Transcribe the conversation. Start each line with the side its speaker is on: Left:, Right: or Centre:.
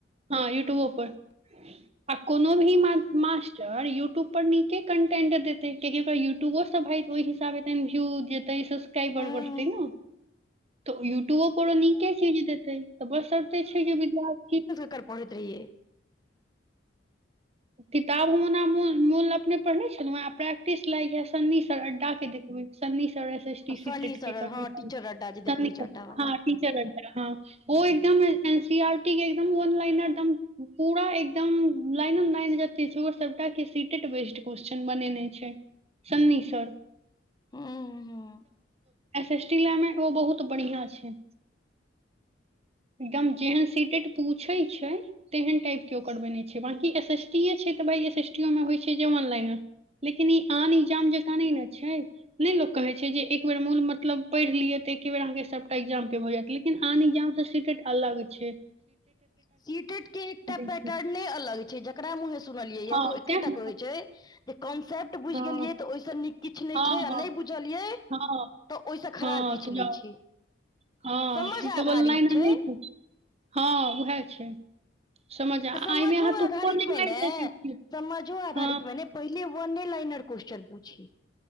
Right: हँ यूट्यूबो पर। आ कोनो भी मास्टर यूट्यूब पर नीके कन्टेंट देतय। कियकि ओकरा यूट्यूबो सब भ ओहि हिसाबेन भिव जे तय सबक्राइबर
Left: हूँ
Right: बढ़तै न तऽ य <unintelligible> कोनो नीके चीज देतै तऽ बशर्ते छैय जे विद्यार्थी
Left: कर पढैत रहियै।
Right: किताब हम ओना मोन अपने पढ़ने छलहु ह प्रैक्टिस लाग ह सन्नी सर अड्डा के देखबय। सन्नी सर एस एस टी
Left: आ
Right: सीटेड
Left: सन्नी
Right: के
Left: सर
Right: करबय
Left: हँ टीचर अड्डा जे
Right: छथिन
Left: देखबै छै अड्डा वाला
Right: हँ टिचर अड्डा हँ। ओ एकदम एन सी आरटी के एकदमन ल एकदम पूरा एकदम लाइनों लाइन जेते छैय सबटा के सीटेट बेस्ड क्वेश्चन बनेने छैय। सन्नी सर।
Left: हूँ हूँ
Right: एस एस टी ल मे ओ बहुत बढ़िया छैय। एकदम जेहन सीटेट पूछैय छैय तेहन टाइपके ओकर बनैय छैय बाँकी एस एस टीए छैय तऽ बाइ एस एस टीओमे होइत छैय जे ऑनलाइनर। लेकिन ई आन इजाम जका नहि रहय छैय। नहि लोक कहैत छैय जे एक बेेर मोन मतलब पढ़ि लियै तऽ एके बेर अहाँके सभटा एकग्जामके भऽ जायत लेकिन आन एकग्जामसँ सिटेट अलग छैय।
Left: सीटेट के एकटा पैटर्न
Right: छै
Left: अलग छैय जकरा मुँहे सुनलियै
Right: हँ
Left: य तऽ ओ
Right: सएह
Left: एकेटा
Right: ने
Left: कहइ छैय जे कॉन्सेप्ट बुझि
Right: हँ
Left: गेलियै तऽ ओहिसँ नीक किछु नहि
Right: हँ
Left: छैय आ
Right: हँ
Left: नहि बुझलियै
Right: हँ
Left: तऽ ओहिसँ खराब
Right: हँ
Left: किछु
Right: तऽ जाउ
Left: नहि छैय
Right: हँ
Left: समझ
Right: तऽ ई तऽ
Left: आधारित
Right: वन लाइनर
Left: छैय।
Right: नहि छै हँ उएह छै समझ
Left: आ समाजो
Right: एहिमे अहाँ तुक्को
Left: आधारित
Right: नहि
Left: मे
Right: मारि
Left: ने
Right: सकै छी
Left: समाजो आधारित
Right: हँ
Left: मे ने पहिले वने लाइनर क्वेेश्चन पूछऐ